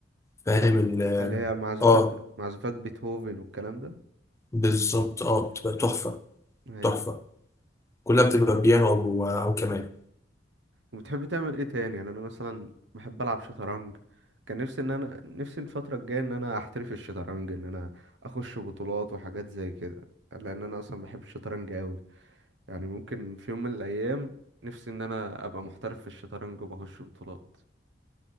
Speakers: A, on the left (about 15°); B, on the right (about 75°).
A: فاهم
B: أو
A: ال-
B: اللي هي معزوفات
A: اه
B: معزوفات بيتهوفن والكلام ده
A: بالظبط اه بتبقى تحفه
B: أيوة
A: تحفة كلها بتبقى بيانو أو أو كمان
B: وبتحب تعمل إيه تاني يعني أنا مثلا بحب ألعب شطرنج كان نفسي إن أنا نفسي الفترة الجاية إن أنا أحترف الشطرنج إن أنا أخش بطولات وحاجات زي كده لأن أنا أصلا بحب الشطرنج أوي يعني ممكن في يوم من الأيام نفسي إن أنا أبقى محترف في الشطرنج وبخش بطولات